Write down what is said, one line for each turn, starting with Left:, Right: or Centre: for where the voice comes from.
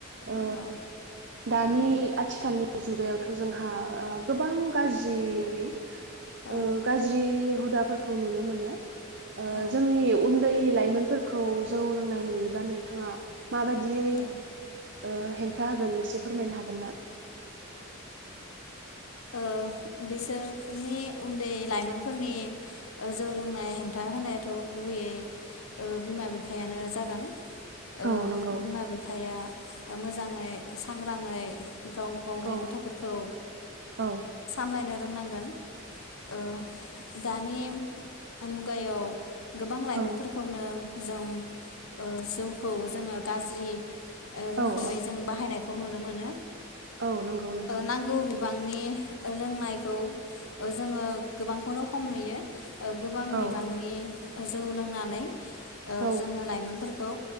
Right: ओ
Left: औ
Right: दानि आथिखालनि जुगायावथ जोंहा ओ गोबां गाज्रियै
Left: औ
Right: ओ गाज्रि हुदाफोरखौ नुनो मोनो ओ
Left: औ
Right: जोंनि उन्दै लाइमोनफोरखौ जौ लोंनाय नुयोब्ला नोंथाङा माबादियै
Left: औ
Right: ओ हेंथा होगोन एसे फोरमायनो हागोन ना
Left: ओ बिस सोनि उन्दै लाइमोनफोरनि ओ जौ लोंनाय हेंथा होनायाथ गुबैयै ओ बिमा-बिफायानो जागोन ओ
Right: औ नंगौ
Left: बिमा-बिफाया ओ मोजाङै सांग्राङै गाव गावनि
Right: औ
Left: गथफोरखौ
Right: औ
Left: खामायनो रोंनांगोन ओ दानि मुगायाव गोबां लाइमोनफोरखौनो
Right: औ
Left: जों ओ जौ खौ जोङो गाज्रि ओ रोखोमै
Right: औ औ
Left: जों बाहायनाय खौ नुनो मोनो।
Right: औ नंगौ नोंथां।
Left: नांगौ बांनि ओ लोंनायखौ ओ जोङो गोबांखौनो खम नुयो। ओ गोबां बिबांनि
Right: औ
Left: ओ जौ लोंनानै ओ
Right: औ
Left: जोङो लाइमोनफोर खौ।